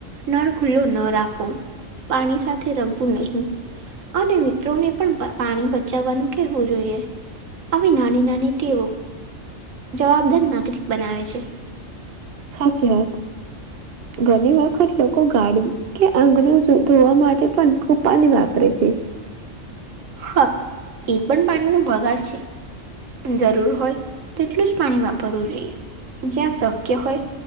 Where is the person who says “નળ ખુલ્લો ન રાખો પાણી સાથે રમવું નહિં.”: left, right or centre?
Right